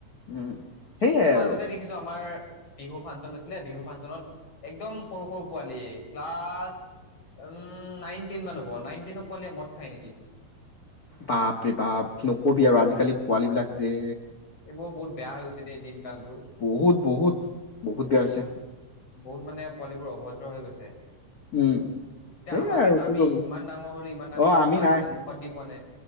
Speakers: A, on the left; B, on the left.
A: উম সেইয়াই
B: এই মাজতে
A: আৰু
B: দেখিছো আমাৰ বিহু ফাঙ নাছিলে বিহু ফাংচনত একদম সৰু সৰু পোৱালি ক্লাছ উম নাইন টেন মান হ'ব নাইন টেনৰ পোৱালিয়ে মদ খাই নেকি
A: বাপৰে বাপ নকবি আৰু আজিকালি পোৱালী বিলাক যে
B: এইবোৰ বহুত বেয়া হৈ গৈছে দে দিন কালবোৰ
A: বহুত বহুত বহুত বেয়া হৈছে
B: বহুত মানে পোৱালিবোৰ অভদ্ৰ হৈ গৈছে
A: উম
B: এতিয়া
A: সেইয়াই
B: আমাকে
A: আৰু কি
B: আমি
A: কবি
B: ইমান ডাঙৰ হলো ইমান ডাঙৰ
A: অ
B: হোৱাৰ পিছত
A: আমি
B: আজিলৈকে
A: নাই
B: মুখত দি পোৱা নাই